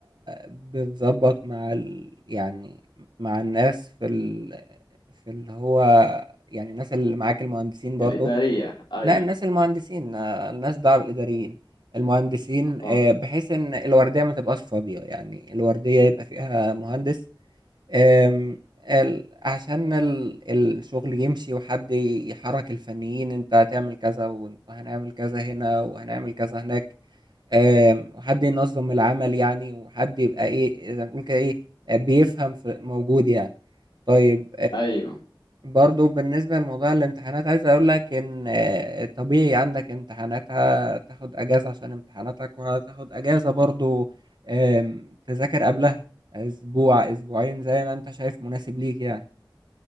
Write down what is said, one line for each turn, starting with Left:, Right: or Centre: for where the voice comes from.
Right: بتظبط مع ال... يعني مع الناس في ال... في اللي هو يعني الناس اللي معاك المهندسين برضو
Left: الإدارية ايوه
Right: لا الناس المهندسين آه، الناس بقى الإداريين المهندسين
Left: اه
Right: آه، بحيث ان الوردية ما تبقاش فاضية يعني الوردية يبقى فيها مهندس آم، ال- عشان ال- الشغل يمشي وحد يحرك الفنيين انت هتعمل كذا وان- وهنعمل كذا هنا وهنعمل كذا هناك آم، وحد ينظم العمل يعني وحد يبقى ايه زي ما بتقول كده ايه آه، بيفهم في موجود يعني طيب
Left: ايوه
Right: برضو بالنسبة لموضوع الامتحانات عايز أقول لك إن آه، طبيعي عندك امتحانات هتاخد أجازة عشان امتحاناتك وهتاخد أجازة برضو آم، تذاكر قبلها أسبوع أسبوعين زي ما أنت شايف مناسب ليك يعني